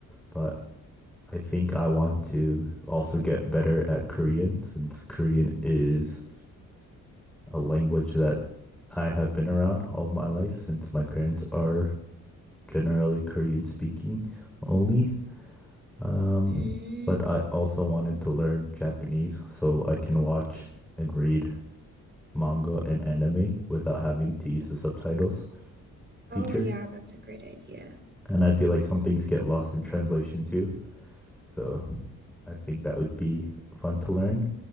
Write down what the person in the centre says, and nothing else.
but I think I want to also get better at Korean since Korean is a language that I have been around all of my life since my parents are generally Korean speaking only. Um,
but I also wanted to learn Japanese so I can watch and read manga and anime without having to use the subtitles feature.
And I feel like some things get lost in translation too. So I think that would be fun to learn.